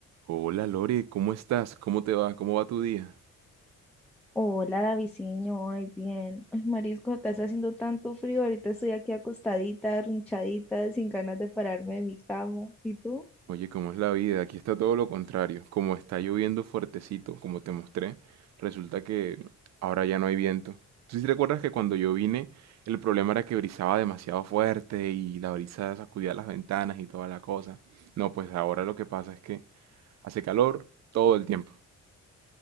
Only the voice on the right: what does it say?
Hola Lore, ¿cómo estás? ¿Cómo te va? ¿Cómo va tu día?
Oye, ¿cómo es la vida? Aquí está todo lo contrario. Como está lloviendo fuertecito, como te mostré, resulta que ahora ya no hay viento. ¿Tú sí te recuerdas que cuando yo vine, el problema era que brisaba demasiado fuerte y la brisa sacudía las ventanas y toda la cosa? No, pues ahora lo que pasa es que hace calor todo el tiempo.